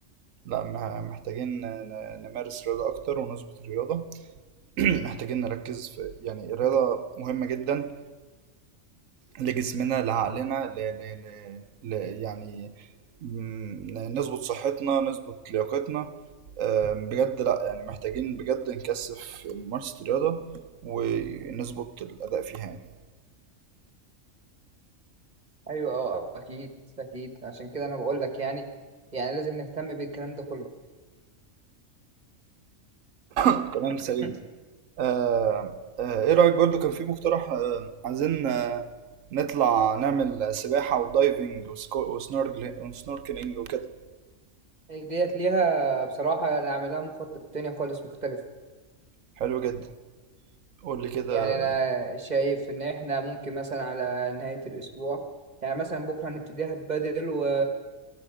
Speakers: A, on the right; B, on the right.
A: لا مه- محتاجين ن- ن- نمارس رياضة أكتر ونظبط الرياضة <clears throat> محتاجين نركز في يعني الرياضة مهمة جدا لجسمنا لعقلنا ل... ل... ل... ل... يعني م- نظبط صحتنا نظبط لياقتنا آم، بجد لا يعني محتاجين بجد نكثف ممارسة الرياضة ونظبط الأداء فيها يعني
B: ايوه اه اكيد اكيد عشان كده انا بقول لك يعني يعني لازم نهتم بالكلام ده كله
A: كلام سليم
B: <laughs>
A: آم، آه، ايه رأيك برضو كان في مقترح آم، عايزين آه، نطلع نعمل سباحة ودايفنج وسكو- وسنوركل- وسنوركلينج وكده
B: ديت ليها بصراحه انا عاملها مخطط تاني خالص مختلف
A: حلو جدا قول لي كده
B: يعني انا شايف ان احنا ممكن مثلا على نهاية الاسبوع يعني مثلا بكرة هنبتديها بدل و